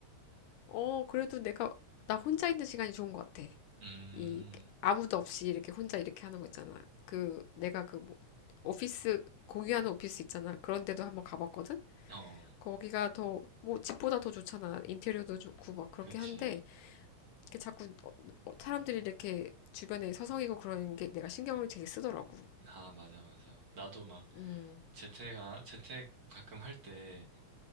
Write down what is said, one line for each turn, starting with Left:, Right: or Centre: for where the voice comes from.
Left: 어, 그래도 내가, 나 혼자 있는 시간이 좋은 것 같아.
Right: 음,
Left: 이, 아무도 없이 이렇게 혼자 이렇게 하는 거 있잖아. 그, 내가 그, 뭐, 오피스, 공유하는 오피스 있잖아. 그런 데도 한번 가봤거든?
Right: 어.
Left: 거기가 더, 뭐, 집보다 더 좋잖아. 인테리어도 좋고, 막, 그렇게
Right: 그치.
Left: 한데, 이렇게 자꾸, 어, 어, 사람들이 이렇게 주변에 서성이고 그러는 게 내가 신경을 되게 쓰더라고.
Right: 아, 맞아, 맞아. 나도 막
Left: 음,
Right: 재택아, 재택 가끔 할 때